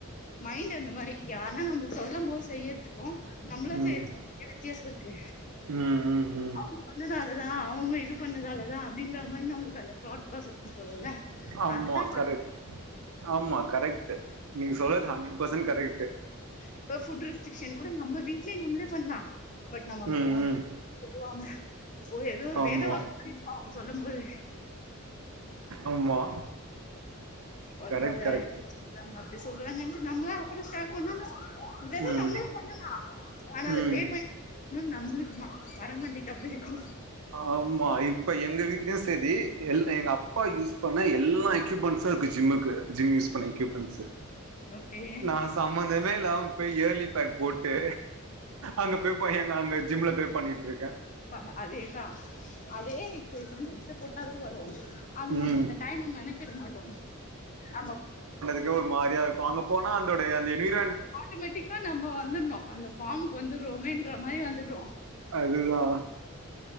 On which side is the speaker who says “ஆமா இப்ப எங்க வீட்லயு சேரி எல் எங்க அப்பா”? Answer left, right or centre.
Right